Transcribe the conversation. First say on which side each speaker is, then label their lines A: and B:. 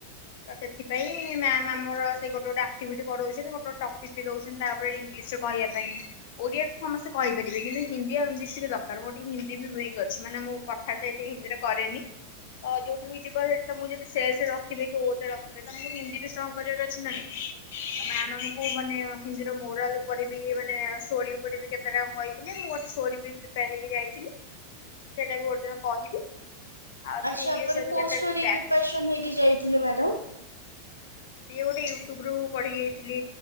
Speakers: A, on the left; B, on the left.
A: ତ ସେଥିପାଇଁ ମ୍ୟାମ୍ ଆମର ସେ ଗୋଟେ ଗୋଟେ ଆକ୍ଟିଭିଟି କରଉଛନ୍ତି। ଗୋଟେ ଗୋଟେ ଟପିକ୍ ବି ଦଉଛନ୍ତି ତାପରେ ଇଂଗ୍ଲିଶ ରେ କହିବା ପାଇଁ। ଓଡିଆରେ ତ ସମସ୍ତେ କହିପାରିବେ, କିନ୍ତୁ ହିନ୍ଦୀ ଆଉ ଇଂଲିଶ ଦରକାରେ ମୋର ଟିକେ ହିନ୍ଦୀ ବି ୱିକ୍ ଅଛି ମାନେ ମୁଁ କଥା ତ ଏତେ ହିନ୍ଦୀରେ କରେନି। ତ ଯୋଉଠି ବି ଯିବ ସେଠି ତମକୁ ଯଦି ସେଲ୍ସେରେ ରଖିବେ କି ଓରେ ରଖିବେ ତମକୁ ହିନ୍ଦୀ ବି ଷ୍ଟଙ୍ଗ୍ କରିବାର ଅ ଅଛି ନା ନାହିଁ। ମ୍ୟାମ୍ ଆମକୁ ମାନେ ହିନ୍ଦୀର ମୋରାଲ ଉପରେ ବି ମାନେ ଷ୍ଟୋରୀ ଉପରେ ବି କେ ସେରା ମୁଁ କହିଥିଲେ। ମୁଁ ଗୋଟେ ଷ୍ଟୋରୀବି ପ୍ରିପେୟାର ହେଇକି ଯାଇଥିଲି। ସେଇଟା ବି ଗୋଟେ ଦିନ କହିବି। ଆଉ ଏମିତି
B: ଆଚ୍ଛା
A: ଇଂଲିଶରେ
B: ଆପଣ
A: ବି
B: କୋଉ
A: କେତେଟା
B: ଷ୍ଟୋରୀ
A: ଟ୍ୟାକ୍ସ
B: ପ୍ରିପାରସନ୍ ହେଇକି ଯାଇଥିଲେ ମ୍ୟାଡ଼ମ୍?
A: ସିଏ ଗୋଟେ ୟୁଟ୍ୟୁବ୍ ରୁ ପଢି ଯାଇଥିଲି।